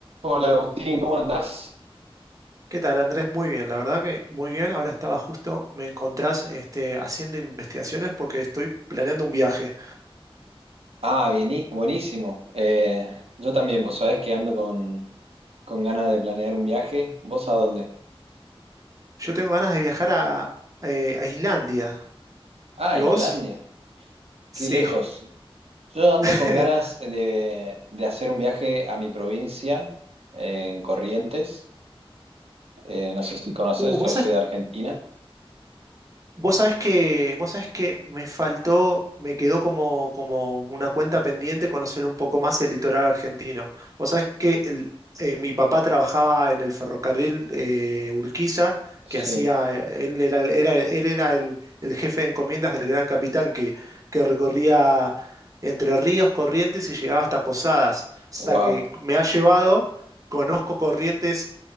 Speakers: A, on the right (about 85°); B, on the right (about 35°).
A: Hola Agustín, ¿cómo andás?
B: ¿Qué tal, Andrés? Muy bien, la verdad que muy bien. Ahora estaba justo, me encontrás este, haciendo investigaciones porque estoy planeando un viaje.
A: Ah, bien, buenísimo. Eh, yo también, vos sabés que ando con, con ganas de planear un viaje. ¿Vos a dónde?
B: Yo tengo ganas de viajar a, eh, a Islandia.
A: Ah,
B: ¿Y vos?
A: Islandia,
B: Sí.
A: qué lejos. Yo
B: <laughs>
A: ando con ganas de, de hacer un viaje a mi provincia, eh, en Corrientes. Eh, no sé si conoces,
B: Uh, vos
A: yo soy de Argentina.
B: Vos sabés que, vos sabés que me faltó, me quedó como, como una cuenta pendiente conocer un poco más el litoral argentino. Vos sabés que el- eh, mi papá trabajaba en el ferrocarril de Urquiza,
A: Sí,
B: que hacía, él era, era- él era el, el jefe de encomiendas del Gran Capitán, que, que recorría Entre Ríos, Corrientes y llegaba hasta Posadas. O sea
A: wow,
B: que me ha llevado, conozco Corrientes